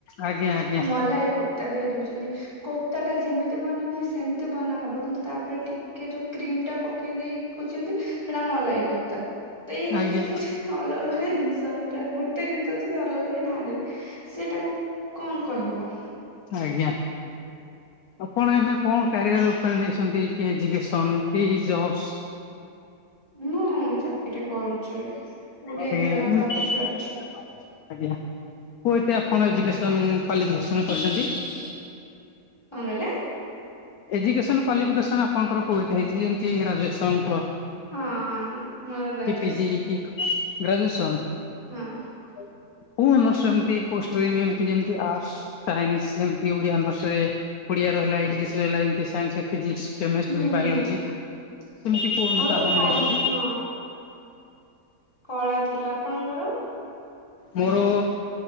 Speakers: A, on the left (about 70°); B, on the left (about 15°).
A: ଆଜ୍ଞା ଆଜ୍ଞା।
B: ମଲାଇ କୋ୍ତା ଦେଇ ଦଉଛନ୍ତି। କୋତା ଟା ଯେମିତି ବନା ହୁଏ ସେମତି ବନା ହବ କିନ୍ତୁ ତା ଉପରେ ଟୀ କି ଯୋଉ କ୍ରିମ ଟା ପକେଇ ଦେଇଛନ୍ତି ସେଟା ମଲାଇ କତା ତ ଏଇ ଏମିତି
A: ଆଜ୍ଞା
B: ଯଦି କିଛି ତା ଅଲଗ ଅଲଗା ଜିନିଷ ଗୋଟେ ଜିନିଷ ଅଛି ଅଲଗା ଅଲଗା ନାଁ ଦେବେ। ସେଇଟାକୁ କଣ କହିବ।
A: ଆଜ୍ଞା। ଆପଣ ଏଇନା କଣ କ୍ୟାରିଅରରେ ନେଇଛନ୍ତି କି ଏଜୁକସନ କି ଜବସ
B: ମୁଁ ଚାକିରି କରୁଛି। ଗୋଟେ
A: ସେ
B: ଇନ୍ସୁରାନ୍ସ
A: ଆଜ୍ଞା
B: ଅଫିସରେ ଅଛି।
A: କୁ ଏତ ଆପଣ ଏଜୁକେସନ କ୍ଯୁ୍ୱାଲିଫିକେସନ କ ରିଛନ୍ତି?
B: କଣ କହିଲେ?
A: ଏଜୁକସନ କ୍ୱାଲିଫିକେସନ ଆପଣଙ୍କର କୋଠି ହେଇଛି ଯେମିତି ଗ୍ରାଜୁଏସନ ଓ
B: ହଁ ହଁ ମୋର ଗ୍ରାଜୁଏସନ
A: ପି ଜି କି ଗ୍ରାଜୁଏସନ୍?
B: ହଁ
A: <unintelligible> କୋଉ ଅନର୍ସ ଯେମିତି କୋଉ ସ୍ତ୍ରିମି ରଖିଛନ୍ତି ଆର୍ସଟ୍, ସାଇନ୍ସ, କମର୍ସ ଓଡ଼ିଆ ଅର୍ନସରେ ଓଡିଆ ରହିଲା ଇଂଲିଶ ରହିଲ ଏମିତି ସାଇନ୍ସ ଫିଜିକ୍ସ କେମିଷ୍ଟ୍ରି
B: ହୁଁ
A: ବାୟୋଲୋଜି
B: ହୁଁ।
A: ଏମିତି କଣତା
B: ମୋର
A: ଆପଣ
B: କ
A: ନେଇଛନ୍ତି?
B: ହଁ କଳା ଥିଲା ଆପଣଙ୍କର?
A: ମୋର